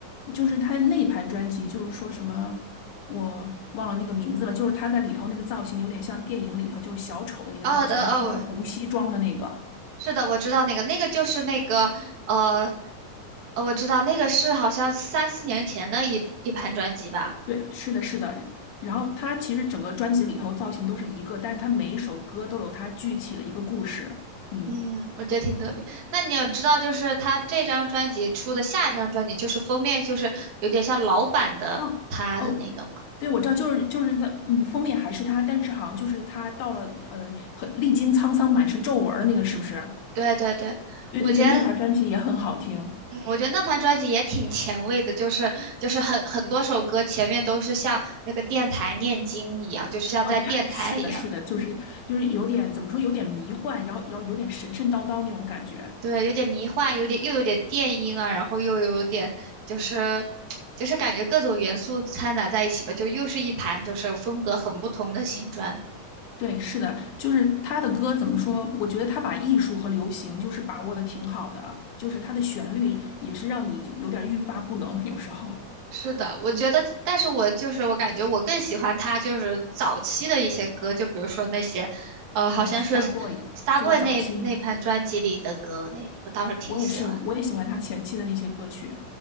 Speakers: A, on the left; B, on the right.
A: 就是他那一盘专辑，就是说什么我忘了那个名字了，就是他在里头那个造型有点像电影里头就是小丑的那个造型，
B: 哦的哦，
A: 他穿了个红西装的那个。
B: 是的，我知道那个，那个就是那个，呃，呃，我知道那个是好像三四年前的一一盘专辑吧，
A: 对，是的，是的。然后他其实整个专辑里头造型都是一个，但是他每一首歌都有他具体的一个故事。嗯，
B: 嗯，我觉得挺特别。那你要知道，就是他这张专辑出的下一张专辑，就是封面就是有点像老版的他的那个嘛。
A: 哦，我哦，对，我知道，就是就是他，嗯，封面还是他，但是好像就是他到了，呃，很历经沧桑，满是皱纹儿的那个，是不是？
B: 对对对，
A: 对对对，
B: 我觉得，
A: 那盘专辑也很好听
B: 嗯，我觉得那盘专辑也挺前卫的，就是就是很很多首歌前面都是像那个电台念经一样，就是像在电台一样。
A: 啊。对是的，是的，就是就是有点怎么说，有点迷幻，然后然后有点神神叨叨那种感觉。
B: 对，有点迷幻，有点又有点电音啊，然后又有点就是就是感觉各种元素掺杂在一起吧，就又是一盘就是风格很不同的新专。
A: 对，是的，就是他的歌怎么说？我觉得他把艺术和流行就是把握的挺好的，就是他的旋律也是让你有有点欲罢不能，有时候
B: 是的，我觉得，但是我就是我感觉我更喜欢他就是早期的一些歌，就比如说那些，呃，好像是
A: 啊，Star Boy
B: Starboy
A: 就是早期那，
B: 那那盘专辑里的歌，那我倒是挺喜欢。
A: 我也是，我也喜欢他前期的那些歌曲。